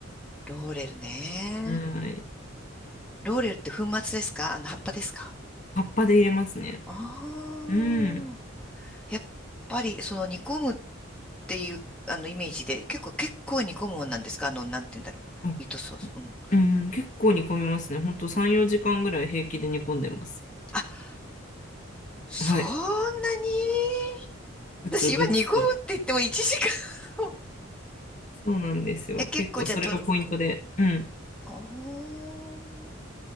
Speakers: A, in the centre; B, on the left (about 35°).
A: ローレルね。
B: はい。
A: ローレルって粉末ですかあの、葉っぱですか
B: 葉っぱで入れますね。
A: ああ
B: うん。
A: やっぱり、その煮込むっていう、あの、イメージで、結構、結構煮込むもんなんですかあの、なんて言うんだろう。
B: あ
A: ミートソース。うん。
B: うん、結構煮込みますね。ほんと3、4時間ぐらい平気で煮込んでます。
A: あ、そんなに
B: はい。ぐつぐつと。
A: 私今煮込むって言っても1時間。
B: そうなんですよ。
A: <laughs> え、結構じゃあ取る。
B: 結構それがポイントで。うん。
A: おー。